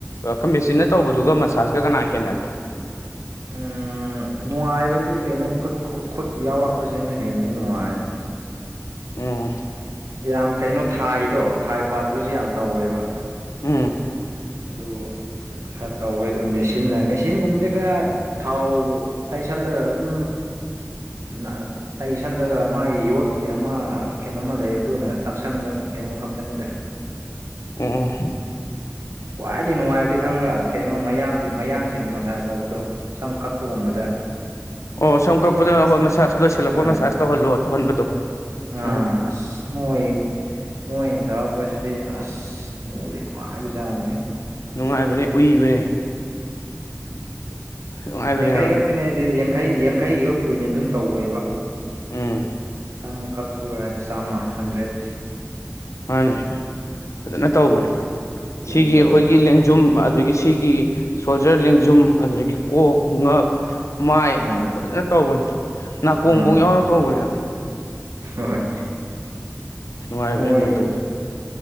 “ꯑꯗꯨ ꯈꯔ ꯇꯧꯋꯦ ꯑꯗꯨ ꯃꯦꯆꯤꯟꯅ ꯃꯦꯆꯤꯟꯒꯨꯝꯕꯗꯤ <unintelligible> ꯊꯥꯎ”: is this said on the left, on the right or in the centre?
Right